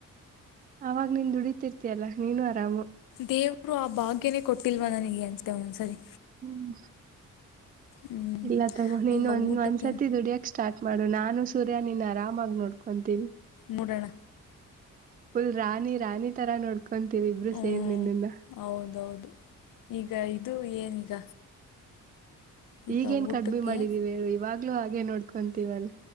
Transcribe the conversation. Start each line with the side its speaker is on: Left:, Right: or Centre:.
Right: ಅವಾಗ ನೀನ್ ದುಡತಿರ್ತಿಯಲ್ಲಾ ನೀನು ಅರಾಮು
Left: ದೇವರು ಆ ಭಾಗ್ಯನೇ ಕೊಟ್ಟಿಲ್ವಾ ನನಗೆ ಅನ್ತೆ ಒಂದೊಂದ್ಸರಿ
Right: ಹ್ಮ್
Left: ಹ್ಮ್
Right: ಇಲ್ಲ ತಗೋ ನೀನ್
Left: ಈಗ
Right: ಒಂದ್
Left: ಊಟಕ್ಕೆ
Right: ಒಂದ್ಸರ್ತಿ ದುಡಿಯಕ್ ಸ್ಟಾರ್ಟ್ ಮಾಡು ನಾನು ಸೂರ್ಯ ನೀನ್ ಆರಾಮಾಗಿ ನೋಡ್ಕೊಂತೀವಿ
Left: ಮುಡಣ
Right: ಫುಲ್ ರಾಣಿ ರಾಣಿ ತರಾ ನೋಡ್ಕೊಂತೀವಿ ಇಬ್ರು
Left: ಹ್ಮ್
Right: ಸೇರ್ ನಿಮಿಂದ
Left: ಹೌದೌದು ಈಗ ಇದು ಏನೀಗ ಈಗ
Right: ಈಗೇನ್
Left: ಊಟಕ್ಕೆ
Right: ಕಡ್ಮಿ ಮಾಡಿದೀವಿ ಹೇಳು ಇವಾಗ್ಲೂ ಹಾಗೆ ನೋಡ್ಕೊಂತೀವಲ್